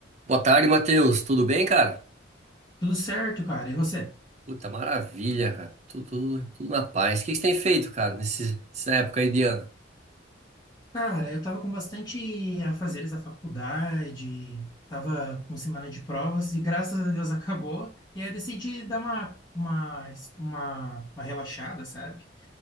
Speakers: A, on the right; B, on the left.
A: Boa tarde, Matheus. Tudo bem, cara?
B: Tudo certo, cara. E você?
A: Puta, maravilha, cara. Tudo, tudo na paz. O que que você tem feito, cara, nesse- nessa época aí de ano?
B: Cara, eu tava com bastante afazeres da faculdade, tava com semana de provas e graças a Deus <laughs> acabou. E aí eu decidi dar uma, uma, uma, uma relaxada, sabe?